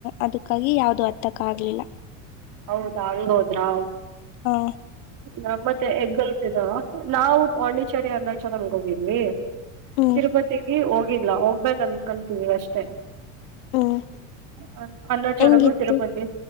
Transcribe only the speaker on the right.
ಹೌದಾ ಹಂಗ ಹೋದ್ರಾ.
ನಮ್ಮತ್ತೆ ಎಗ್ಗಲ್ತಿದ ನಾವು ಪಾಂಡಿಚರಿ ಅರುಣಾಚಲಂಗ ಹೋಗಿದ್ವಿ.
ತಿರುಪತಿಗೆ ಹೋಗಿಲ್ಲ ಹೋಗ್ಬೇಕ ಅನ್ಕೊಂತೀವಿ ಅಷ್ಟೇ.
ಅ ಅನ್ನಚದಮ
ತಿರುಪತಿ.